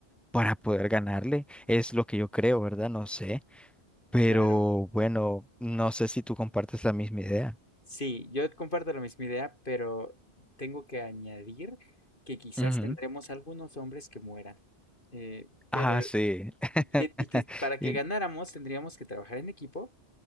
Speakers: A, in the centre; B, on the left.
A: para poder ganarle. Es lo que yo creo, ¿verdad? No sé. Pero
B: Claro.
A: bueno, no sé si tú compartes la misma idea.
B: Sí, yo comparto la misma idea, pero tengo que añadir que quizás
A: Ujú.
B: tendremos algunos hombres que mueran. Eh, pero,
A: Ah, sí. <laughs>
B: y que, y que para
A: Y-
B: que ganáramos tendríamos que trabajar en equipo,